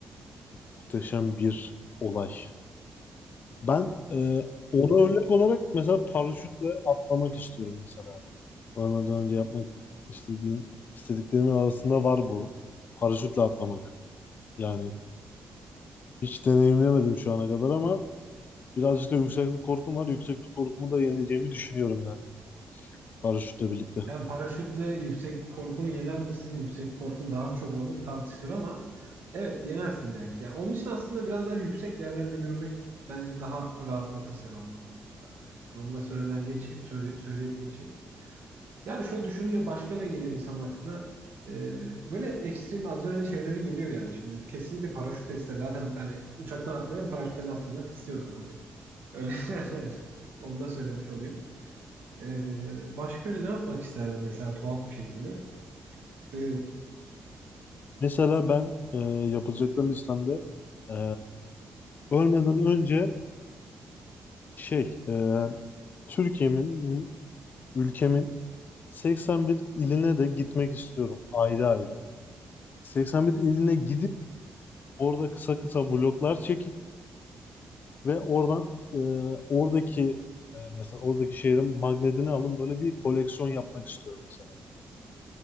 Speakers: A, on the left; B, on the right.
A: Muhteşem bir olay. Ben e, ona örnek olarak mesela paraşütle atlamak istiyorum mesela. Varmadan önce yapmak istediğim, istediklerimin arasında var bu. Paraşütle atlamak. Yani hiç deneyimlemedim şu ana kadar ama birazcık da yükseklik korkum var. Yükseklik korkumu da yeneceğimi düşünüyorum yani paraşütle birlikte.
B: Yani paraşütle yüksek korkunu yener misin? Yüksek korkun daha mı çok olur tartışılır ama evet yenersin belki. Yani onun için aslında biraz daha yüksek yerlerde yürümek bence daha rahatlatır seni o konuda. Yani onu da söylemeden geçeyim, söyle, söyleyip geçeyim. Yani şöyle düşününce başka ne geliyor insan aklına? Ee, böyle hep ekstrem adrenalin şeyleri geliyor yani. Şimdi kesinlikle paraşüt de ister. Zaten hani uçaktan atlayan paraşütten atlamak istiyordur hani. Öyle <laughs> onu da söylemiş olayım. Ee, başka öyle ne yapmak isterdim mesela tuhaf bir şekilde? Ee,
A: Mesela ben e, yapılacaklar listemde e, ölmeden önce şey e, Türkiye'min, ülkemin 81 iline de gitmek istiyorum ayrı ayrı. 81 iline gidip orada kısa kısa vloglar çekip Ve oradan e, oradaki e, mesela oradaki şehrin magnetini alın böyle bir koleksiyon yapmak istiyorum mesela.